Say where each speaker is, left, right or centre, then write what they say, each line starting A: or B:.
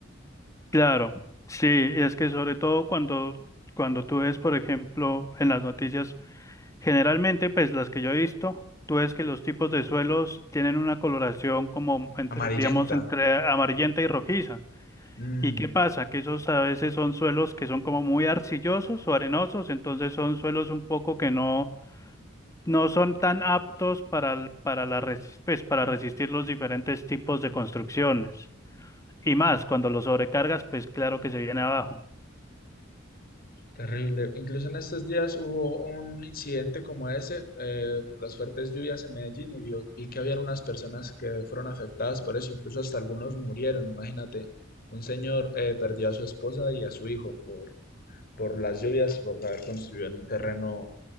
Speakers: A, on the left; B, on the left.
A: Claro, sí, y es que sobre todo cuando, cuando tú ves, por ejemplo, en las noticias, generalmente, pues las que yo he visto, tú ves que los tipos de suelos tienen una coloración como entre,
B: Amarillenta.
A: digamos, entre amarillenta y rojiza.
B: Mm,
A: ¿Y qué pasa? Que esos a veces son suelos que son como muy arcillosos o arenosos, entonces son suelos un poco que no, no son tan aptos para, el- para, la resi- pues, para resistir los diferentes tipos de construcciones. Y más, cuando los sobrecargas, pues claro que se viene abajo.
B: terrible. Incluso en estos días hubo un incidente como ese, eh, por las fuertes lluvias en Medellín y vi, vi que habían unas personas que fueron afectadas por eso. Incluso hasta algunos murieron, imagínate. Un señor eh, perdió a su esposa y a su hijo por por las lluvias, por haber construido en un terreno,